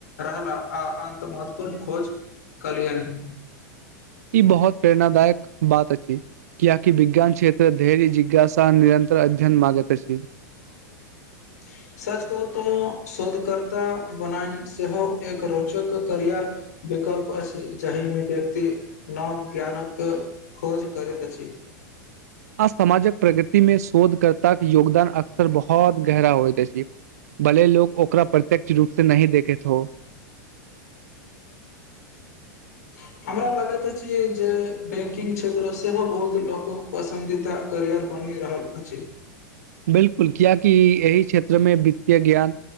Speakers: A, on the left; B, on the right.
A: रहला आ अन्त महत्वपूर्ण खोज कलियैन
B: ई बहुत प्रेरणा दायक बात अछि कियाकि विज्ञान क्षेत्र धैर्य जिज्ञासा निरन्तर अध्ययन मांगैत अछि
A: <unintelligible> सच कहूं तऽ शोधकर्ता बना के सेहो एक रोचक करियर विकल्प अछि जहिमे व्यक्ति नव ज्ञानक खोज करैत अछि
B: आ समाजक प्रगति मे शोधकर्ता के योगदान अक्सर बहुत गहरा होइत अछि भले लोक ओकरा प्रत्यक्ष रूप से नहि देखैत हो
A: <unintelligible> हमरा लागत अछि जे बैंकिंग क्षेत्र सेहो बहुत लोक पसंदीता करियर बन रहत अछि
B: बिल्कुल कियै कि एहि क्षेत्रमे वित्तय ज्ञान